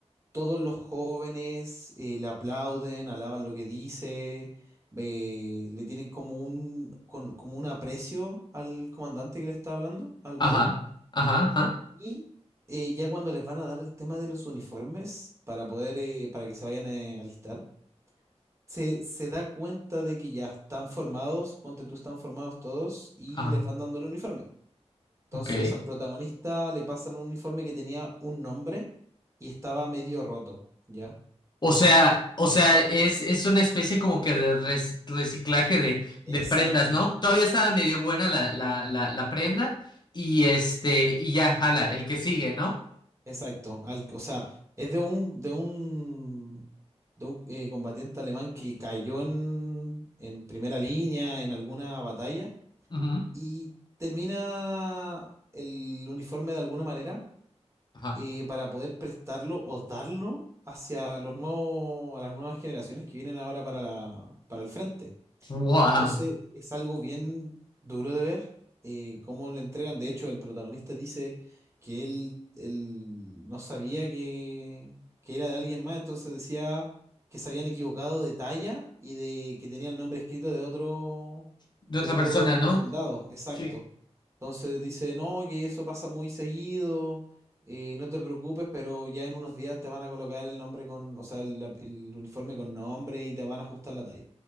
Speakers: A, on the right; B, on the left.
A: todos los jóvenes eh, le aplauden, alaban lo que dice, ve- le tienen como un, con- como un aprecio al comandante que le está hablando, al mayor.
B: Ajá. Ajá. Ajá.
A: Y eh, ya cuando les van a dar el tema de los uniformes para poder, eh, para que se vayan eh, a alistar, se, se da cuenta de que ya están formados, ponte tú, están formados todos y
B: Ah,
A: les van dando el uniforme. Entonces
B: ok.
A: al protagonista le pasan un uniforme que tenía un nombre y estaba medio roto, ¿ya?
B: O sea, o sea, es, es una especie como que de rec- reciclaje de, de
A: Exacto.
B: prendas, ¿no? Todavía estaba medio buena la, la, la, la prenda y este, y ya, jala, el que sigue, ¿no?
A: Exacto, al- o sea, es de un, de un, de un eh, combatiente alemán que cayó en, en primera línea en alguna batalla
B: Ujú.
A: y termina el uniforme de alguna manera
B: Ajá.
A: eh, para poder prestarlo o darlo hacia los nuevos, a las nuevas generaciones que vienen ahora para la, para el frente.
B: Wow.
A: Entonces es algo bien duro de ver eh, cómo le entregan. De hecho, el protagonista dice que él, él no sabía que, que era de alguien más, entonces decía que se habían equivocado de talla y de que tenía el nombre escrito de otro,
B: De
A: de
B: otra
A: otro
B: persona, ¿no?
A: soldado, exacto.
B: Sí.
A: Entonces dice, no, que eso pasa muy seguido, eh, no te preocupes, pero ya en unos días te van a colocar el nombre con, o sea, el, la- el uniforme con nombre y te van a ajustar la talla.